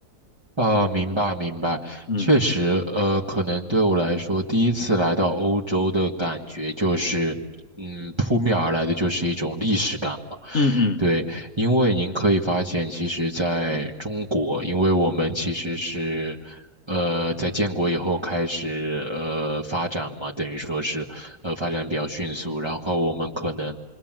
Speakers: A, on the right (about 15°); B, on the left (about 50°).
A: 啊，明白明白，
B: 嗯
A: 确实，呃，可能对我来说，第一次来到欧洲的感觉就是，嗯，扑面而来的就是一种历史感吧。
B: 嗯嗯，
A: 对，因为您可以发现，其实在中国，因为我们其实是，呃，在建国以后开始，呃，发展嘛，等于说是，呃，发展比较迅速，然后我们可能